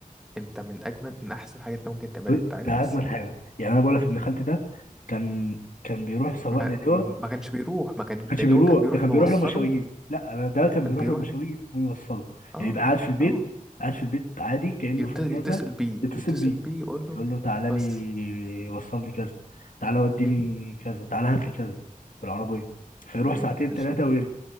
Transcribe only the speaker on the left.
ب-
ده
اجمل حاجه يعني انا بقول لك ابن خالتي ده كان كان بيروح سواق
للواء
كانش بيروح
ده كان
بيروح له مشاوير لا انا ده كان
بيروح
له مشاوير
ويوصله
يعني يبقى قاعد في البيت
قاعد في البيت عادي كأنه
في
اجازه
يتصل
بيه
يقول له تعالى
لي وصل لي كذا تعالى وديني
كذا تعالى هات لي كذا في العربيه فيروح
ساعتين
ثلاثه ويرجع